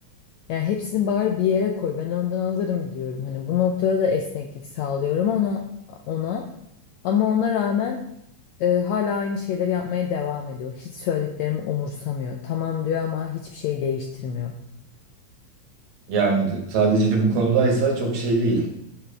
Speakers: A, on the left; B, on the right.
A: Yani hepsini bari bir yere koy. Ben oradan alırım diyorum. Hani bu noktada da esneklik sağlıyorum ona ona. Ama ona rağmen e, hala aynı şeyleri yapmaya devam ediyor. Hiç söylediklerimi umursamıyor. Tamam diyor ama hiçbir şey değiştirmiyor.
B: Yani d- sadece bu konudaysa çok şey değil.